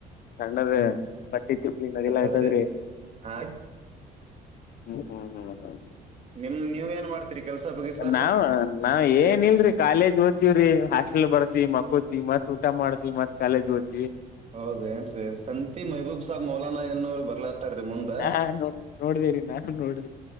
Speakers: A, on the left; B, on the right.
A: ಸಣ್ಣದ ಬಟ್ಟಿ ತುಕ್ಲಿ ನಡಿಲ ಆ್ತದ್ರಿ
B: ಆದ್ರಿ ಹಾ
A: ಹ್ಮ್ ಹ್ಮ್ ಹ್ಮ್ ಹ
B: ನಿಮ್ ನೀವ್ ಏನ್ ಮಾಡ್ತೀರಿ ಕೆಲ್ಸ ಬಗಿಸ
A: ನಾವ್ ನಾವ್ ಏನ್ ಇಲ್ರಿ ಕಾಲೇಜ್ ದ ವ್ರೀ ಹಾಸ್ಟೆಲ್ ಬರ್ತಿ ಮಕ್ಕೋತಿತ್ ಊಟ ಮಾಡತತಿ ಮತ್ ಕಾಲೆಜ್ ಓದ್ತಿ
B: ಹೌದ ಏನ್ರೀ ಸಂತಿ ಮಹಬೂಬ್ ಸಾಹಬ್ ಮೌಲಾನಾ ಎನ್ನೋರು ಬರ್ಲತ್ ತರಿ ಮುಂದ
A: ಹಾ ನೋಡ್ ನೋಡ್ದೇರಿ ನಾನು ನೋಡ್ದೆ